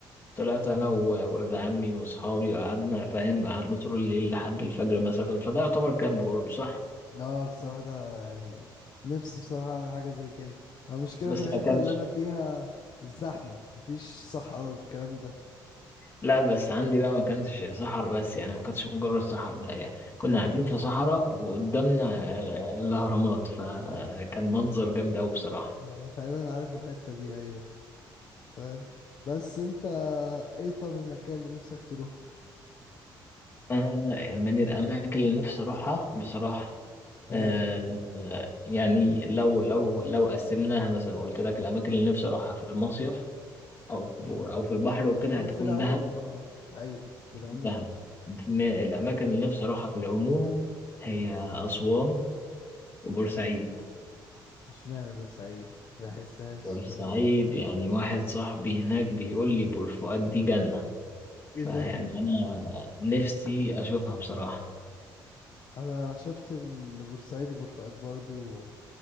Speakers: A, on the left (about 30°); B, on the left (about 50°).
A: طلعت انا وولد عمي واصحابي وقعدنا فاهم قعدنا طول الليل لحد الفجر مثلا فده يعتبر كامب برضه صح
B: اه بصراحة ده يعني نفسي بصراحة اعمل حاجة زي كده المشكلة
A: بس
B: في الحتة
A: ما كانش
B: اللي انا فيها الزحمة مفيش صحراء والكلام ده
A: لا بس عندي بقى ما كانش صحراء بس يعني ما كانتش مجرد صحراء لا يعني كنا قاعدين في صحراء وقدامنا آه، الاهرامات فكان منظر جامد قوي بصراحة
B: آه. تقريبا عارف الحتة دي ايوه فاهم بس انت ايه طب المكان اللي نفسك تروح
A: انا من الاماكن اللي نفسي اروحها بصراحة
B: ايوه
A: آه، آه، يعني لو لو لو قسمناها مثلا قلت لك الاماكن اللي نفسي اروحها في المصيف او او في البحر وكده
B: او
A: هتكون
B: في العموم
A: دهب
B: اه ايوه في العموم
A: دهب
B: بقى
A: ن- الاماكن اللي نفسي اروحها في العموم هي اسوان وبورسعيد
B: مش معنى بورسعيد بحسهاش
A: بورسعيد
B: بورسعيد
A: يعني واحد صاحبي هناك بيقول لي بور فؤاد دي جنة
B: <laughs>
A: فيعني انا نفسي اشوفها بصراحة
B: انا شفت البورسعيد وبورفؤاد برضو